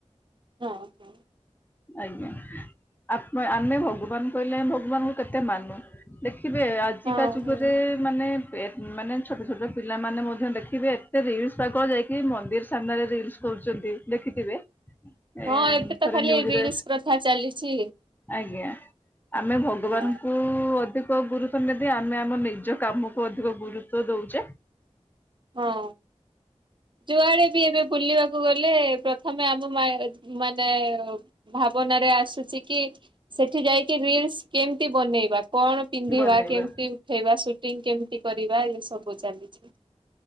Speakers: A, on the right; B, on the left.
A: ହଁ।
B: ଆଜ୍ଞା ଆପ୍ ଆମେ ଭଗବାନ କହିଲେ ଭଗବାନଙ୍କୁ କେତେ ମାନୁ ଦେଖ ଖିବେ ଆଜିକା
A: ହଁ
B: ଯୁଗରେ
A: ହଁ
B: ମାନେ ପେ ମାନେ ଛୋଟ ଛୋଟ ପିଲାମାନେ ମଧ୍ୟ ଦେଖିବେ ଏତେ ରିଲସ ପାଗଳ ଯାଇକି ମନ୍ଦିର ସାମ୍ନାରେ ରିଲସ କରୁଚ ନ୍ତି ଦେଖିଥିବେ ଏ
A: ହଁ ଏବେ ତ
B: ଥରେ
A: ଖାଲି
B: ନିଉ ଜରେ,
A: ରିଲସ ପ୍ରଥା ଚାଲିଛି
B: ଆଜ୍ଞା ଆମେ ଭଗବାନଙ୍କୁ-ଉ-ଉ-ଉ
A: ହଁ
B: ଅଧି କ ଗୁରୁଛନ ଯଦି ଆମେ ଆମ ନିଜ କାମକୁ ଅଧିକ ଗୁରୁତ୍ବ ଦଉଚେ।
A: ହଁ ଯୁଆଡେ ବି ଏବେ ବୁଲିବାକୁ ଗଲେ ପ୍ରଥମେ ଆମ୍ବ ମାୟାର ହେଚ ମାନେ-ଏ-ଏ ଭାବନାରେ ଆସୁଛି କି ସେଠି ଯାଇକି ରିଲସ କେମତି ବନେଇବା। କଣ ପିନ୍ଧିବା,
B: ବନେଇବା।
A: କେମତି ଉଠେଇବା, ସୁଟିଂ କେମିତି କରିବା ଏସବୁ ଚାଲିଚି।